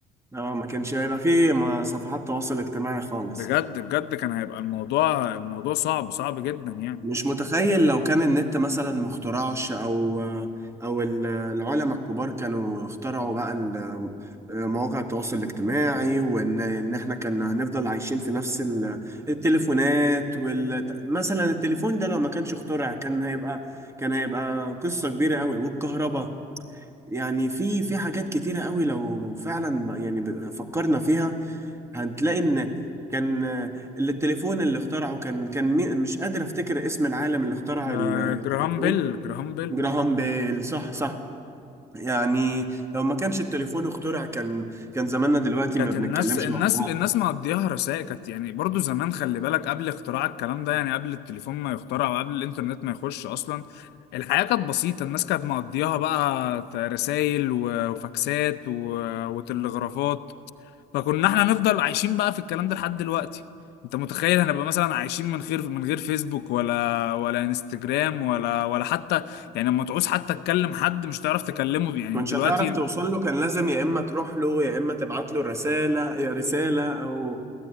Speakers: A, on the right; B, on the left.
A: اه ما كانش هيبقى فيه ما- صفحات تواصل اجتماعي خالص
B: بجد بجد كان هيبقى الموضوع الموضوع صعب صعب جدا يعني
A: مش متخيل لو كان النت مثلا مخترعش او آه، او ال- العلماء الكبار كانوا اخترعوا بقى ال- آه، مواقع التواصل الاجتماعي وان ان احنا كنا هنفضل عايشين في نفس ال- التليفونات وال مثلا التليفون ده لو ما كانش اخترع كان هيبقى كان هيبقى قصة كبيرة قوي والكهرباء يعني في في حاجات كتيرة قوي لو فعلا يعني ب- فكرنا فيها هتلاقي ان كان آه، اللي التليفون اللي اخترعه كان كان مي- مش قادر افتكر اسم العالم اللي اخترع
B: آه،
A: ال- التليفون
B: جراهام بيل جراهام بيل
A: جراهام بيل صح صح يعني لو ما كانش التليفون اخترع كان كان زماننا دلوقتي
B: كانت
A: ما بنتكلمش
B: الناس الناس
A: مع بعض
B: الناس مقضياها رسائل كانت يعني برضو زمان خلي بالك قبل اختراع الكلام ده يعني قبل التليفون ما يخترع وقبل الانترنت ما يخش اصلا الحياة كانت بسيطة الناس كانت مقضياها بقى رسائل و- وفاكسات و- وتلغرافات فكنا احنا نفضل عايشين بقى في الكلام ده لحد دلوقتي انت متخيل هنبقى مثلا عايشين من غير من غير فيسبوك ولا ولا انستجرام ولا ولا حتى يعني لما تعوز حتى تكلم حد مش تعرف تكلمه يعني
A: ما كنتش
B: دلوقتي
A: هتعرف توصل له كان لازم يا اما تروح له يا اما تبعت له رسالة رسالة او